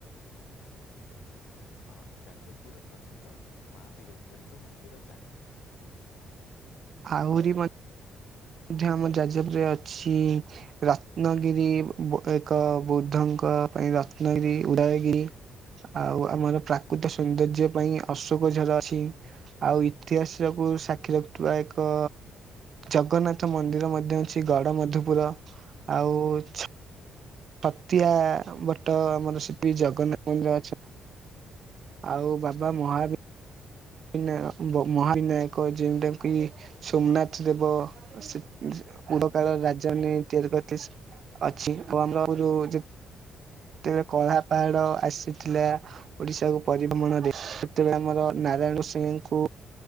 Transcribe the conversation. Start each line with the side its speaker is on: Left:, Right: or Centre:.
Left: ହଁ ଯାଜପୁର ପ୍ରସିଦ୍ଧ ମା ବିରଜାଙ୍କ ମନ୍ଦିର ପ୍ରାୟ।
Right: ଆହୁରି ମ ମଧ୍ୟ ଆମ ଯାଜପୁରରେ ଅଛି ରତ୍ନଗିରି ଏକ ବୁଦ୍ଧଙ୍କ ଙ୍କ ପାଇଁ ରତ୍ନଗିରି ଉଦୟଗିରି ଆଉ ଆମର ପ୍ରାକୃତ୍ୟ ସୌନ୍ଦର୍ଯ୍ୟ ପାଇଁ ଅଶୋକ ଝର ଅଛି ଆଉ ଇତିହାସ ସବୁ କୁ ସାକ୍ଷୀ ରଖୁଥିବା ଏକ ଜଗନ୍ନାଥ ନାଥ ମନ୍ଦିର ମଧ୍ୟ ଅଛି ଗଡ ମଧୁପୁର ଆଉ ଛ୍ ଛତିଆ ଭଟ ଆମର ସେଠି ଜଗନ୍ନାଥ ମନ୍ଦିର ଅଛି। ଆଉ ବାବା ମହା ବିନାୟ ମ ମହାବିନାୟକ ଯେଉଟାକି ସୋମନାଥ ଦେବ ସି ଉଡ କାଳ ରାଜ୍ୟନୀତି ପ୍ରତିଷ୍ଟିତ <unintelligible> ଅଛି ଓ ଆମର ଯୋଉ ସେତେବେଳେ
Left: ହଁ
Right: କଳା ପାହାଡ ଆସିଥିଲା ଓଡିଶାକୁୁ ପରି ଭ୍ରମଣ ରେ ସେତେବେଳେ ଆମର ନାରାୟଣ ସିଂ ଙ୍କୁ